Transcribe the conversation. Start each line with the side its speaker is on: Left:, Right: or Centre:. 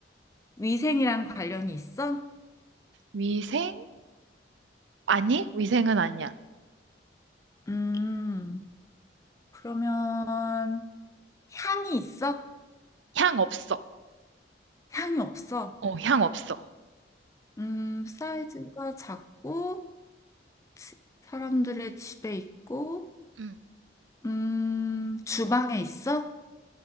Left: 위생이랑 관련이 있어?
Right: 위생? 아니, 위생은 아니야.
Left: 음, 그러면 향이 있어?
Right: 향 없어.
Left: 향이 없어?
Right: 어, 향 없어.
Left: 음, 사이즈가 작고, 치- 사람들의 집에 있고,
Right: 음.
Left: 음, 주방에 있어?